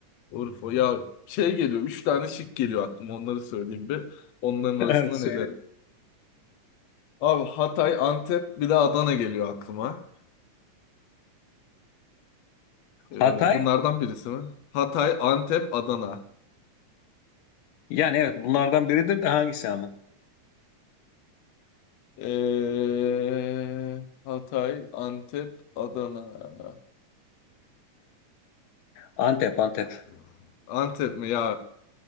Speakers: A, on the left (about 65°); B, on the left (about 80°).
A: Urfa ya şey geliyor. Üç tane şık geliyor aklıma. Onları söyleyeyim bir. Onların
B: <laughs>
A: arasında
B: Söyle.
A: neler? Abi Hatay, Antep bir de Adana geliyor aklıma. Ee,
B: Hatay?
A: bunlardan birisi mi? Hatay, Antep, Adana.
B: Yani evet bunlardan biridir de hangisi ama?
A: Ee, Hatay, Antep, Adana.
B: Antep, Antep.
A: Ya- Antep mi ya?